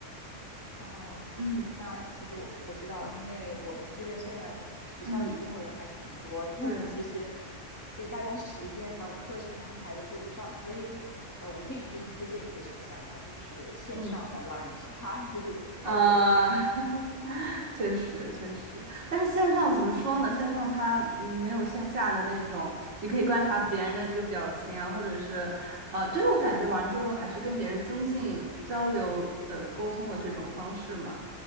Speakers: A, on the left; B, on the right.
A: 啊、
B: 嗯
A: 那其实我我知道，因为我们这边虽然学校里中国人还是挺多的，
B: 嗯，对，
A: 但其实就是大家时间还有课程的安排都对不上，所以呃，我可以给你推荐一个选项，那就是线上玩狼人杀，
B: 嗯。
A: 就是方便一点。
B: 啊，<laughs> 确实确实，但是线上怎么说呢？线上它嗯没有线下的那种，你可以观察别人的这个表情啊，或者是，呃，就是我感觉玩桌游还是跟别人增进交流的沟通的这种方式嘛。